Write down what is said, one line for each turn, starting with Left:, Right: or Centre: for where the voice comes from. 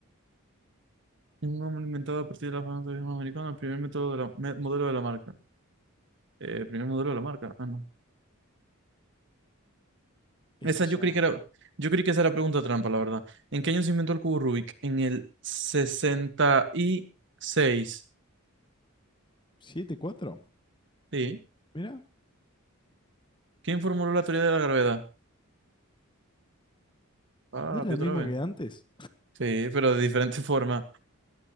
Right: Un nombre inventado a partir de la famosa idioma americana, el primer método de la, me- modelo de la marca. Eh, primer modelo de la marca. Ah, no.
Left: Es
Right: Esa
Left: allá.
Right: yo creí que era, yo creí que esa era pregunta trampa, la verdad. ¿En qué año se inventó el cubo Rubik? En el sesenta y seis.
Left: Siete cuatro.
Right: Sí.
Left: Mira,
Right: ¿Quién formuló la teoría de la gravedad? Papi,
Left: ¿no es la
Right: otra
Left: misma
Right: vez.
Left: que antes?
Right: Sí, pero de diferente <laughs> forma.